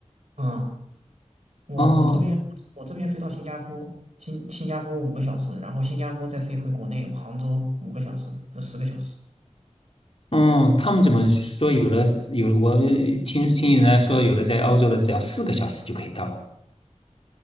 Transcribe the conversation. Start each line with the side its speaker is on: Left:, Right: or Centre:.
Right: 嗯，我我这边我这边飞到新加坡，
Left: 哦，
Right: 新新加坡五个小时，然后新加坡再飞回国内杭州五个小时，是十个小时，
Left: 嗯，他们怎么说？有的有，我听听人家说，有的在欧洲的只要四个小时就可以到了。